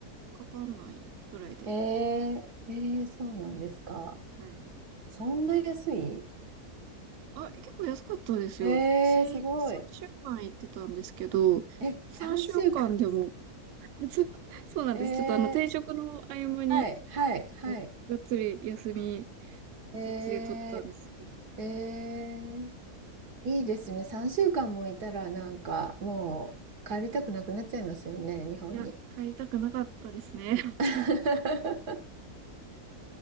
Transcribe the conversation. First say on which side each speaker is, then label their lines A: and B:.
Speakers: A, on the right; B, on the right.
A: かかんないぐらいで。
B: えー、えー、そうなんですか。
A: はい。
B: そんな安い
A: あ、結構安かったですよ。
B: えー、
A: 私、
B: すごい。
A: 3週間行ってたんですけど、
B: え、
A: 3週間でも、
B: 3週間。
A: <laughs> そうそうなんです。
B: えー、
A: ちょっとあの、転職の合間に、
B: はい、はい、はい。
A: あのがっつり休み、
B: え
A: そっちで取ったんですけど。
B: ー、えー、いいですね。3週間もいたら、なんか、もう帰りたくなくなっちゃいますよね、日本に。
A: いや、帰りたくなかったですね。<laughs>
B: <laughs>